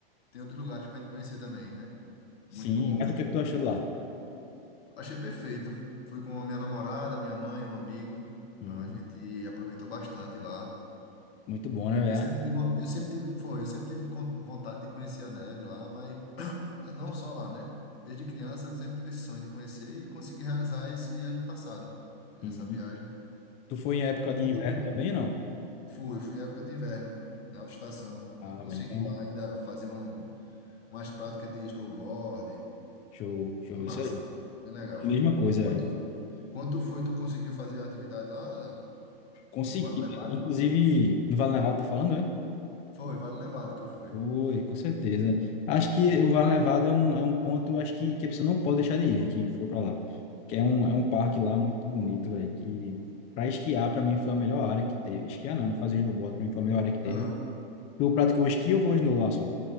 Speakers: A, on the left; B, on the left.
A: tem outros lugares pra gente conhecer também, né? Muito
B: Sim,
A: bom.
B: mas o que é que tu achou lá?
A: Achei perfeito. Fui com a minha namorada, minha mãe, um amigo.
B: Uhum.
A: A gente aproveitou bastante lá.
B: Muito bom, né, velho?
A: Eu sempre tive, von- eu sempre tive, foi, eu sempre tive con- vontade de conhecer a neve lá, mas não só lá, né? Desde criança eu sempre tive esse sonho de conhecer e consegui realizar esse ano passado. Fiz
B: Uhum.
A: essa viagem.
B: Tu foi em época de
A: E
B: inverno
A: foi-
B: também, não?
A: Fui, fui em época de inverno, na alta estação.
B: Ah,
A: Aí consegui
B: velho, então,
A: lá ainda fazer um, umas práticas de snowboard.
B: show, show,
A: Foi massa,
B: isso aí.
A: bem legal.
B: Mesma coisa,
A: Quanto,
B: velho.
A: quanto foi tu conseguiu fazer a atividade lá?
B: Consegui,
A: No Vale Nevado?
B: inclusive, no Vale Nevado tá falando, é?
A: Foi, Vale Nevado que eu fui.
B: Oi, com certeza. Acho que o Vale Nevado é um, é um ponto, acho que, que a pessoa não pode deixar de ir, né? Quem for para lá. Que é um, é um parque lá muito bonito, velho. Que para esquiar, para mim, foi a melhor área que teve. Esquiar não, né? Fazer snowboard, para mim, foi a melhor área que teve.
A: Aham.
B: Tu praticou esqui ou foi snow lá só?